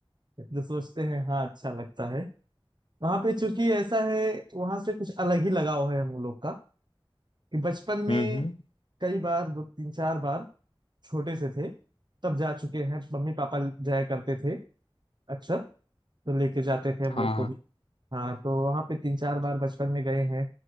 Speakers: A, on the right (about 50°); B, on the left (about 80°).
A: तो सोचते हैं हाँ अच्छा लगता है वहां पे चूंकि ऐसा है वहां से कुछ अलग ही लगाव है हम लोग का कि बचपन में
B: हम्म हम्म
A: कई बार दो तीन चार बार छोटे से थे तब जा चुके हैं मम्मी पापा जाया करते थे अक्सर तो लेके जाते थे हम
B: हाँ
A: लोग को
B: हाँ।
A: भी हाँ तो वहां पे तीन चार बार बचपन में गए हैं